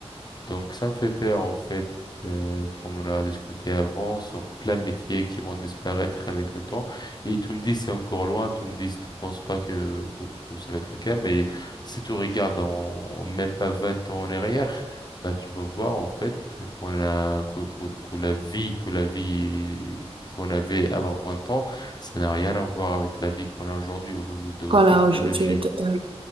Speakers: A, on the left (about 40°); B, on the right (about 55°).
A: Donc, ça me fait peur, en fait, euh, comme on a discuté avant, sur plein de métiers qui vont disparaître avec le temps. Et tu me dis, c'est encore loin, tu me dis, tu ne penses pas que, que, que ça va être le cas, mais si tu regardes en même pas 20 ans en arrière, bah, tu vas voir, en fait, qu'on a, que, que, que la vie, que la vie qu'on avait avant 20 ans, ça n'a rien à voir avec la vie qu'on a aujourd'hui au niveau de
B: Quand
A: technologie
B: là, aujourd'hui, on est totalement...